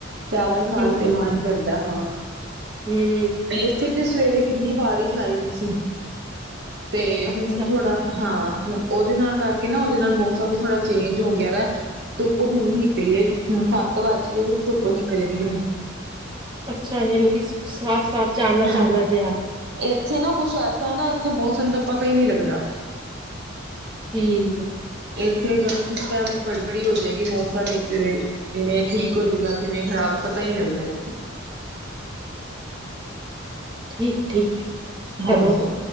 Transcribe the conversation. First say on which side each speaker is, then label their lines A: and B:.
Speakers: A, on the right; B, on the right.
A: ਚਾਵਲ ਖਾਨ
B: ਬਿਲ
A: ਤੇ ਮਾਂਨ ਬਲ ਦਾ ਹਾਂ
B: ਹਮ
A: ਬੇਸਤੀ ਤੇ ਸਵੇਰੇ ਕਿੰਨੀ ਬਾਰਿਸ਼ ਆਈ ਦੀ ਸੀ ਤੇ
B: ਅੱਛਾ
A: ਹੁਨ ਥੋੜਾ ਹਾਂ ਹੁ ਉਹਦੇ ਨਾਲ ਕਰਕੇ ਨਾ ਉਹਦੇ ਨਾਲ ਮੌਸਮ ਵੀ ਥੋੜਾ ਚੇਂਜ ਹੋ ਗਿਆ ਦੇ, ਧੁੱਪ ਹੁਨ ਨਿਕਲੀ ਏ, ਹੁਨ ਸੱਤ ਵੱਜ ਕੇ ਤੇ ਧੁੱਪ ਨਿਕਲ ਗਈ ਏ ਹੁਨ
B: ਅੱਛਾ ਯਾਨੀ ਕਿ ਸਾਫ਼ ਸਾਫ਼ ਚਾਨਣਾ
A: ਹਾਂ
B: ਚਾਨਣਾ ਜਿਹਾ
A: ਏਥੇ ਨਾ ਕੁਛ ਐਸਾ ਨਾ ਇੱਥੇ ਮੌਸਮ ਦਾ ਪਤਾ ਈ ਨੀ ਲੱਗਦਾ
B: ਠੀਕ ਹੈ
A: ਇੱਥੇ ਕਿਸ ਟਾਈਮ ਉਹ ਗੜਬੜੀ ਹੋ ਜਾਏਗੀ ਮੌਸਮ ਵਿੱਚ ਕਿਵੇਂ ਠੀਕ ਹੋਜਏਗਾ ਕਿਵੇਂ ਖ਼ਰਾਬ ਪਤਾ ਨਹੀਂ ਲੱਗਦਾ ਇੱਥੇ
B: ਠੀਕ ਠੀਕ ਹੈ
A: ਹਾਂਜੀ
B: ਚਲੋ